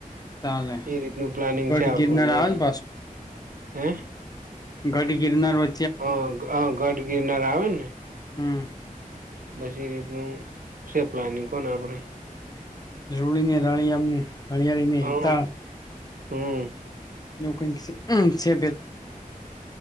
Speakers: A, on the left (about 25°); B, on the right (about 70°).
A: ચાલે
B: એ રીતનું પ્લાનિંગ
A: ગઢ
B: છે. આપણુંને
A: ગિરનાર આવે ને
B: હે.
A: ઘડી ગિરનાર વ.
B: હ હ ગઢ ગિરનાર આવે ને.
A: હમ.
B: બસી એ રીતનું છે પ્લાનિંગ કોને આપણે
A: રૂડીને રાણી આમને હળિયાળીનેતા
B: હમ હમ.
A: એવું કઈક છે હમમ છે.